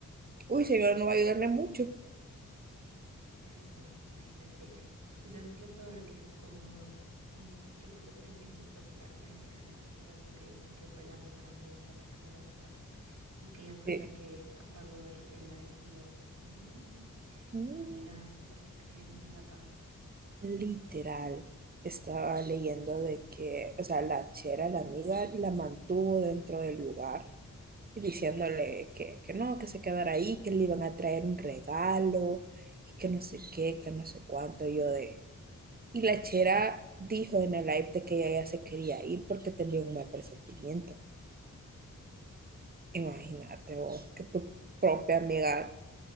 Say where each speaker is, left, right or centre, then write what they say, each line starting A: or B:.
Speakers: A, on the right (about 30°); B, on the right (about 75°).
A: Uy, señora, no va a ayudarle mucho.
B: Eh, la- imagínate, y f- y sabes que lo peor que como mm, yo creo que fue en, en TikTok la, la gente que está especulando que dicen que fue la mejor amiga la que la mandó a matar y que ella fue
A: Sí.
B: la que apagó el, el live y yo, mm,
A: Mm,
B: con amigas así para que crees enemiga, pa,
A: Literal, estaba leyendo de que, o sea, la chera, la amiga, la mantuvo dentro del lugar y diciéndole que, que no, que se quedara ahí, que le iban a traer un regalo, y que no sé qué, que no sé cuánto, y yo de... Y la chera dijo en el live de que ella ya se quería ir porque tenía un mal presentimiento. Imagínate vos, que tu propia amiga,